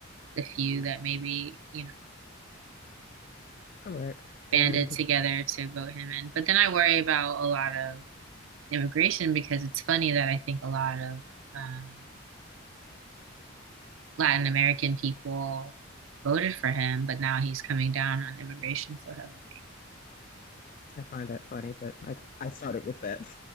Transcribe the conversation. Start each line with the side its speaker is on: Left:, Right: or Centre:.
Right: the few that maybe, you know,
Left: Correct. And
Right: banded together to vote him in. But then I worry about a lot of immigration because it's funny that I think a lot of um, Latin American people voted for him, but now he's coming down on immigration so heavily. <laughs>
Left: I find that funny, but I I started with that.